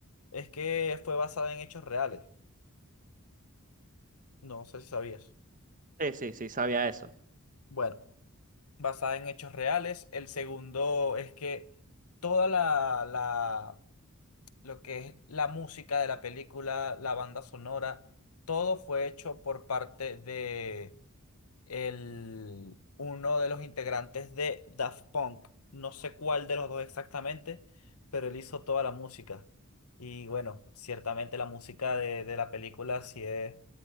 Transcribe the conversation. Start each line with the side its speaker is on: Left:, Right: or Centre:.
Left: es que fue basada en hechos reales. No sé si sabías.
Right: Sí, sí, sí, sabía eso.
Left: Bueno, basada en hechos reales. El segundo es que toda la, la, lo que es la música de la película, la banda sonora, todo fue hecho por parte el, uno de los integrantes de Daft Punk. No sé cuál de los dos exactamente, pero él hizo toda la música. Y bueno, ciertamente la música de, de la película sí es,